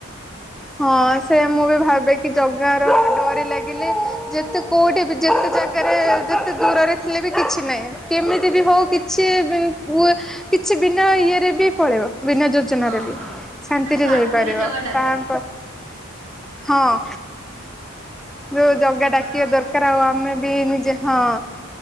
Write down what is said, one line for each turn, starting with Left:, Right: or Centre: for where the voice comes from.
Centre: ହଁ। ସେ ମୁଁ ବି ଭାବେ କି ଜଗାର ଡୋରି ଲାଗିଲେ ଯେତେ କୋଉଠି ବି ଯେତେ ଜେଗାରେ ଯେତେ ଦୂରରେ ଥିଲେ ବି କିଛି ନାହିଁ। କେମିତି ଯିବ କିଛି ପୁ କିଛି ବିନା ଇଏରେ ବି ପଳେଇବ ବିନା ଯୋଜନାରେ
Right: ହଁ
Centre: ବି
Right: ହଁ
Centre: ଶାନ୍ତିରେ
Right: ବିନା ସ୍ଵାର୍ଥରେ
Centre: ଯାଇପାରିବ।
Right: ଜଗା ଡାକେ
Centre: ତାହାଙ୍କ ହଁ ଯୋଉ ଜଗା
Right: ତାଙ୍କର
Centre: ଡାକିବା
Right: ହଁ
Centre: ଦରକାର ଆଉ ଆ ଆମେ ବି ନିଜେ ହଁ